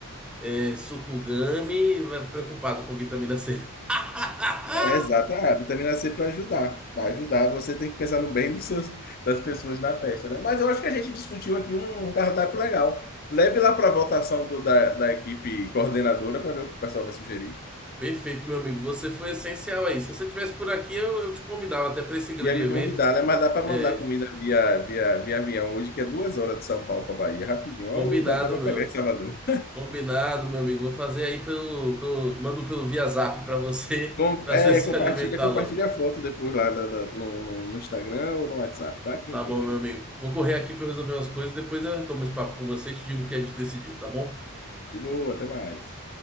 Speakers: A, in the centre; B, on the left.
A: é, sucugame, vai- preocupado com vitamina C. <laughs>
B: É, exato, a vitamina C para ajudar. Vai ajudar, você tem que pensar no bem dos seus, das pessoas na festa, né? Mas eu acho que a gente discutiu aqui um um cardápio legal. Leve lá para a votação do- da, da equipe coordenadora para ver o que o pessoal vai sugerir.
A: Perfeito, meu amigo. Você foi essencial aí. Se você estivesse por aqui, eu, eu te convidava até para esse grande
B: Ia me
A: evento.
B: convidar, né? Mas dá para
A: É,
B: mandar comida via, via, via avião hoje, que é duas horas de São Paulo para Bahia, rapidinho.
A: combinado,
B: Ó, dá até para
A: meu.
B: pegar em Salvador.
A: Combinado, meu amigo. Vou fazer aí pelo, pelo, mando pelo via Zap para você,
B: Com-
A: <laughs> para
B: é,
A: você se
B: compartilha,
A: alimentar
B: compartilha
A: logo.
B: a foto depois lá da- da- no, no- no Instagram ou no WhatsApp, tá? Que
A: Tá
B: eu vejo.
A: bom, meu amigo. Vou correr aqui para resolver umas coisas, depois eu retomo esse papo com você e te digo o que a gente decidiu, tá bom?
B: De boa, até mais.